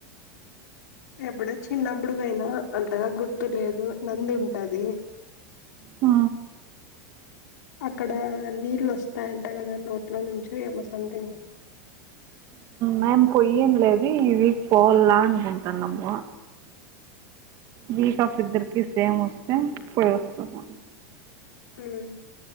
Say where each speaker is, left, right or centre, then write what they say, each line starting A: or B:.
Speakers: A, on the left; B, on the right.
A: ఎప్పుడో చిన్నప్పుడు పోయినా అంతగా గుర్తు లేదు నంది ఉంటది
B: ఆ
A: అక్కడ నీళ్ళు వస్తాయంట కదా నోట్లో నుంచి ఏమో సంథింగ్
B: మేము పొయ్యిండ్లేదు ఈ వీక్ పోవల్ల అనుకుంటానమ వీకా ఆఫ్ ఇద్దరికి సేమ్ వస్తే పోయి వస్తము
A: మ్మ్